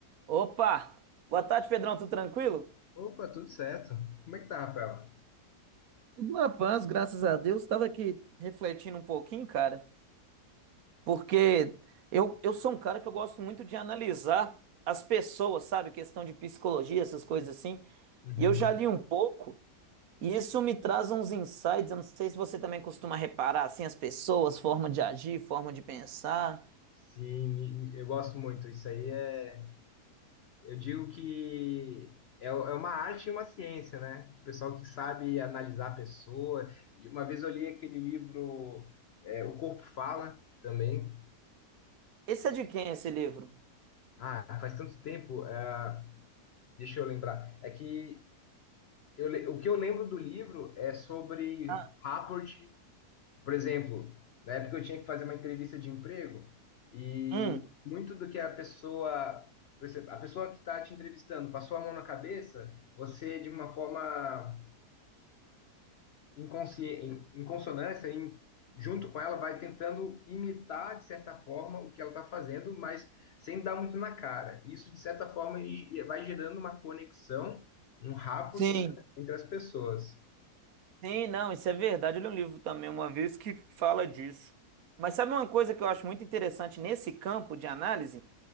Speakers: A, on the right; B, on the left.
A: Opa! Boa tarde, Pedrão, tudo tranquilo?
B: Opa, tudo certo. Como é que tá, Rafael?
A: Tudo na paz, graças a Deus. Estava aqui Refletindo um pouquinho, cara, porque eu, eu sou um cara que eu gosto muito de analisar as pessoas, sabe? Questão de psicologia, essas coisas assim.
B: Uhum.
A: E eu já li um pouco, e isso me traz uns insights. Eu não sei se você também costuma reparar, assim, as pessoas, forma de agir, forma de pensar.
B: Sim, me- me- eu gosto muito. Isso aí é. Eu digo que é, é uma arte e uma ciência, né? O pessoal que sabe analisar a pessoa. Uma vez eu li aquele livro, é, O Corpo Fala, também.
A: Esse é de quem, esse livro?
B: Ah, faz tanto tempo. é, deixa eu lembrar. É que eu le- o que eu lembro do livro é sobre
A: Ah,
B: rapport Por exemplo, na época eu tinha que fazer uma entrevista de emprego e
A: hum,
B: muito do que a pessoa, por exemplo, a pessoa que está te entrevistando passou a mão na cabeça, você de uma forma inconsciente, em consonância, em- junto com ela, vai tentando imitar de certa forma o que ela está fazendo, mas sem dar muito na cara. Isso de certa forma e- e vai gerando uma conexão, um rapport
A: sim.
B: entre, entre as pessoas.
A: Sim, não, isso é verdade. Eu li um livro também uma vez que fala disso. Mas sabe uma coisa que eu acho muito interessante nesse campo de análise?